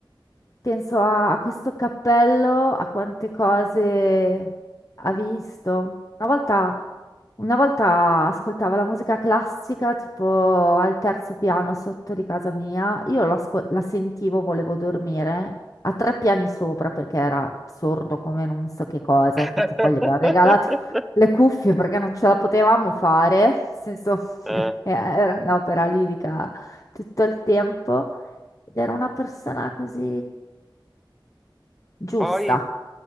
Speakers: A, on the left (about 40°); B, in the centre.
A: Penso a, a questo cappello, a quante cose ha visto. Una volta, una volta ascoltava la musica classica tipo al terzo piano sotto di casa mia. Io la, ascol- la sentivo, volevo dormire a tre piani sopra perché era sordo come non so che cosa.
B: <laughs>
A: Infatti poi gli abbiamo regalato le cuffie perché non ce la potevamo fare. Nel senso, <laughs>
B: Eh,
A: era l'opera lirica tutto il tempo. Ed era una persona così giusta.
B: poi